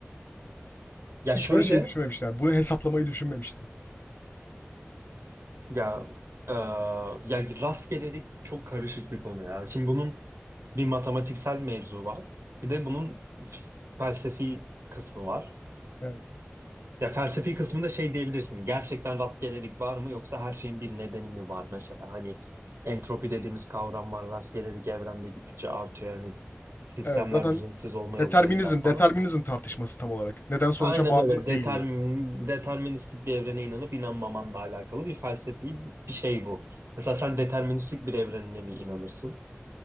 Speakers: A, on the right; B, on the left.
A: Ya
B: Hiç
A: şöyle
B: böyle şey düşünmemiştim. yani Bunu hesaplamayı düşünmemiştim.
A: ya e, ya rastgelelik çok karışık bir konu ya. Şimdi bunun bir matematiksel mevzu var. Bir de bunun f- felsefi kısmı var.
B: Evet.
A: Ya felsefi kısmında şey diyebilirsin. Gerçekten rastgelelik var mı yoksa her şeyin bir nedeni mi var mesela? Hani entropi dediğimiz kavram var. Rastgelelik evrende gittikçe artıyor. Yani sistemler
B: Evet zaten
A: düzensiz olma
B: Determinizm,
A: yolunda gider falan.
B: determinizm tartışması tam olarak. Neden sonuca
A: Aynen
B: bağlı
A: öyle.
B: mı
A: Determin,
B: değil mi?
A: deterministik bir evrene inanıp inanmamanla alakalı bir felsefi bir şey bu. Mesela sen deterministik bir evrenine mi inanırsın?